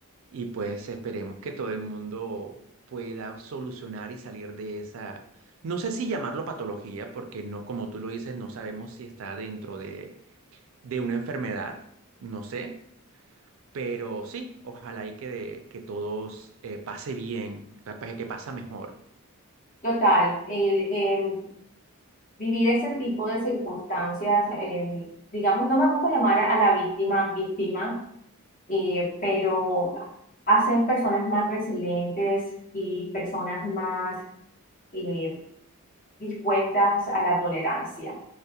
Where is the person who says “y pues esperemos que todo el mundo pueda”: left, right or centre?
Right